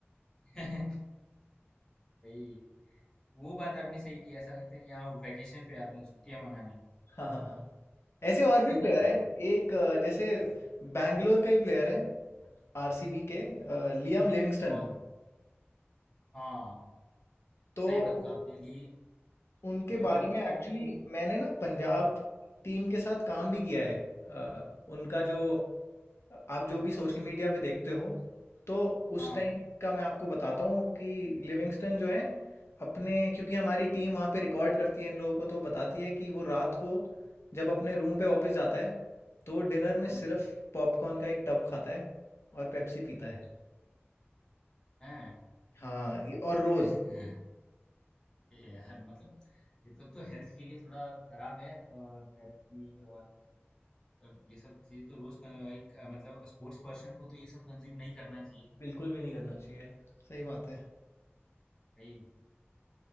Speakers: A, on the left; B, on the left.
A: <laughs> भाई वो बात आपने सही की ऐसा लगता है कि हाँ वेकेशन पे आते हैं छुट्टियां मनाने
B: हाँ हाँ हाँ ऐसे और
A: <laughs>
B: भी प्लेयर हैं एक अ, जैसे बैंगलोर का ही प्लेयर है आरसीबी के अ, लियाम लिविंगस्टन
A: कौन हाँ
B: तो
A: सही बात
B: उ-
A: कहा आपने ली
B: उनके
A: लियाम
B: बारे
A: लिंगस्टन
B: में एक्चुअली
A: भी
B: मैंने ना पंजाब
A: हाँ
B: टीम के साथ काम भी किया है अ, उनका जो आप जो भी सोशल मीडिया पे देखते हो तो उस
A: हाँ
B: टाइम का मैं आपको बताता हूँ कि लिविंगस्टन जो है अपने क्योंकि हमारी टीम वहाँ पे रिकॉर्ड करती है इन लोगों को तो बताती है कि वो रात को जब अपने रूम पे वापस जाता है तो डिनर में
A: हाँ
B: सिर्फ पॉपकॉर्न का एक टब खाता है और पेप्सी पीता है
A: अच्छा हैं।
B: हाँ ये और रोज़
A: <laughs> ये यार मतलब ये सब तो हेल्थ के लिए थोड़ा खराब है पेप्सी और अब ये सब चीज़ तो रोज का भाई अ, मतलब स्पोर्ट्स पर्सन को तो ये सब कंज्यूम नहीं करना चाहिए
B: बिल्कुल भी नहीं करना चाहिए सही बात है
A: भाई